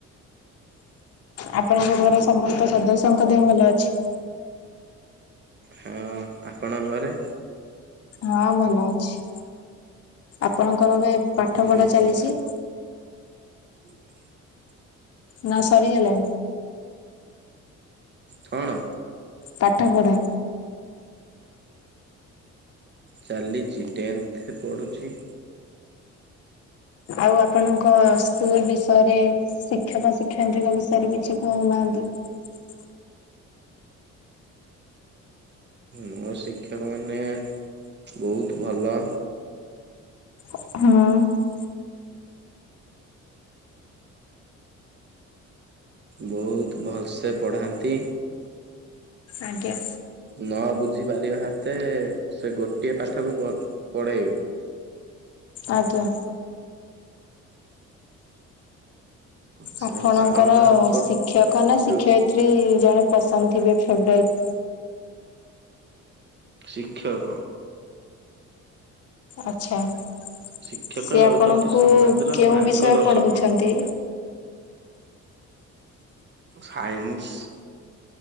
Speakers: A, on the left; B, on the right.
A: ଆପଣଙ୍କ ଘରର ସମସ୍ତ ସଦସ୍ୟଙ୍କ ଦେହ ଭଲ ଅଛି।
B: ହଁ ଆପଣ ଘରେ
A: ହଁ ଭଲ ଅଛି ଆପଣଙ୍କର ଏବେ ପାଠ ପଢ଼ା
B: ଉଁ ହୁଁ
A: ଚାଲିଛି।
B: <unintelligible>
A: ନା ସରିଗଲେ
B: ଛଣ
A: ପାଠପଢା
B: ଚାଲିଛି ଟେନ୍ଥେ ପଢୁଛି।
A: ଆଉ ଆପଣଙ୍କ ସ୍କୁଲ ବିଷୟରେ ଶିକ୍ଷକ ଶିକ୍ଷୟିତ୍ରୀଙ୍କ ବିଷୟରେ କିଛି କହୁନାହାନ୍ତି। <unintelligible>
B: ମୋ ଶିକ୍ଷକ ମାନେ ବୋହୁତ୍ ଭଲ।
A: ହଁ।
B: ବହୁତ ଭଲସେ ପଢ଼ାନ୍ତି।
A: ଆଜ୍ଞା।
B: ନ ବୁଝି ପାରିବା ହାତେ ସେ ଗୋଟିଏ ପାଠକୁ ପ ପଢେଇବେ।
A: ଆଜ୍ଞା।
B: ସେ
A: ଆପଣଙ୍କର
B: ବାରମ୍ବାର ପ
A: ଶିକ୍ଷକ ନା ଶିକ୍ଷୟିତ୍ରୀ
B: ଯୋଉ
A: ଜଣେ ପସନ୍ଦ ଥିବେ ଫେବରାଇଟ୍
B: ଶିକ୍ଷକ
A: ଆଛା। ସିଏ
B: ଶିକ୍ଷକ ହେଉଛନ୍ତି
A: ଆପଣଙ୍କୁ
B: ସମାଜର
A: କେଉଁ
B: ମାର୍ଗଦର୍ଶକ
A: ବିଷୟ ପଢଉଛନ୍ତି।
B: ସାଇନ୍ସି